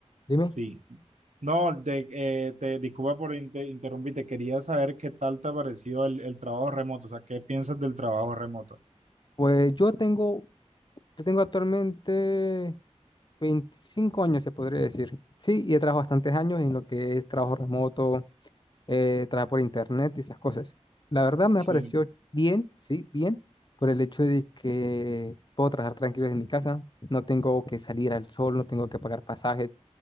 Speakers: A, on the left; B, on the right.
A: Dime,
B: sí, no, de- eh, te disculpa por inter- interrumpirte, quería saber qué tal te ha parecido el, el trabajo remoto, o sea, ¿qué piensas del trabajo remoto?
A: pues yo tengo, yo tengo actualmente 25 años, se podría decir, ¿sí? Y he trabajado bastantes años en lo que es trabajo remoto, eh, trabajar por internet y esas cosas. La verdad me ha
B: Sí,
A: parecido bien, sí, bien, por el hecho de que puedo trabajar tranquilo desde mi casa, no tengo que salir al sol, no tengo que pagar pasajes.